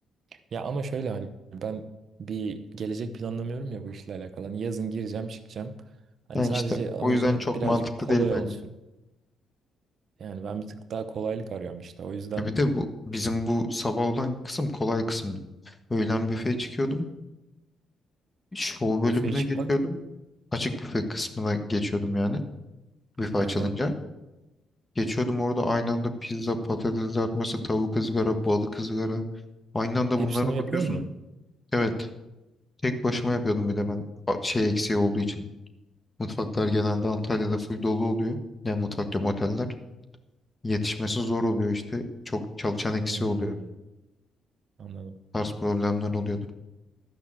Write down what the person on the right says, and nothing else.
Ya ama şöyle hani ben bir gelecek planlamıyorum ya bu işle alakalı. Hani yazın gireceğim çıkacağım. Hani
sadece
amacım
birazcık
kolay
olsun. Yani ben bir tık daha kolaylık arıyorum işte. O yüzden
Büfeye çıkmak.
Aha.
Hepsini
yapıyor mu?
Hmm,
anladım.